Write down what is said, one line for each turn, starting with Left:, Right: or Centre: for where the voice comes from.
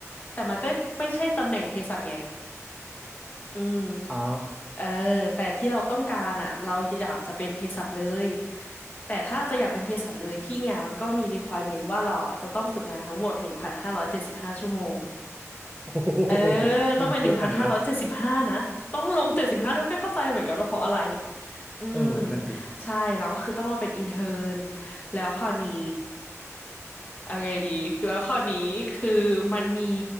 Left: แต่มันก็ไม่ใช่ตำแหน่งเภสัชไง อืม
Centre: อ๋อ
Left: เออแต่ที่เราต้องการอ่ะเราอยากจะเป็นเภสัชเลยแต่ถ้าจะอยากเป็นเภสัชเลยที่เนี่ยมันก็มี requirement ว่าเราอ่ะจะต้องฝึกงานทั้งหมดหนึ่งพันห้าร้อยเจ็ดสิบห้าชั่วโมง
Centre: <laughs> โอ้โห
Left: เออต้องเป็นหนึ่งพันห้าร้อยเจ็ดสิบห้านะต้องลงเจ็ดสิบห้าด้วยไม่เข้าใจเหมือนกันว่าเพราะอะไร
Centre: ไม่เยอะขนาดนั้น
Left: อืม
Centre: เออนั่นสิ
Left: ใช่แล้วก็คือต้องมาเป็นอินเทอร์นแล้วคราวนี้เอาไงดีคือแล้วคราวนี้คือมันมี